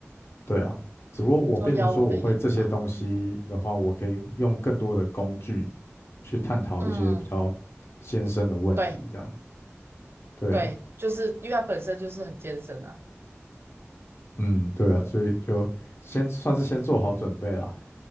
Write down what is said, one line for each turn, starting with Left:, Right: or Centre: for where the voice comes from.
Left: 对啊，只不过我变成说我会这些东西的话，
Right: 做药物的研发，嗯，
Left: 我可以用更多的工具去探讨一些比较艰深的问题，
Right: 嗯，对
Left: 这样子。对啊，
Right: 对，就是因为它本身就是很艰深啊。
Left: 嗯，对啊，所以就先算是先做好准备啦。